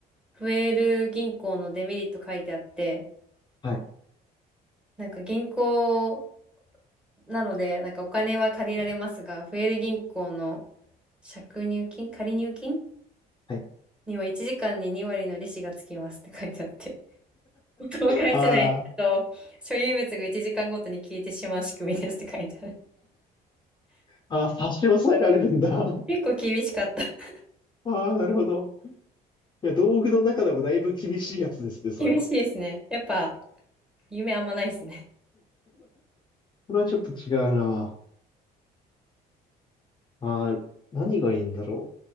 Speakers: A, in the centre; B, on the left (about 25°).
A: フェール銀行のデメリット書いてあって、
B: はい。
A: なんか銀行なので、なんかお金は借りられますが、フェール銀行の借入金、借入金
B: はい。
A: には1時間に2割の利子がつきますって書いてあって。<laughs> そう返せないと、
B: あー
A: 所有物が1時間ごとに消えてしまう仕組みですって書いてある。
B: あー、差し押さえられるんだ。
A: <laughs>
B: <laughs>
A: 結構厳しかった。<laughs>
B: ああ、なるほど。いや、道具の中でもだいぶ厳しいやつですね、それ。
A: 厳しいですね。
B: <laughs>
A: やっぱ、夢あんまないですね。
B: それはちょっと違うな。ああ、何がいいんだろ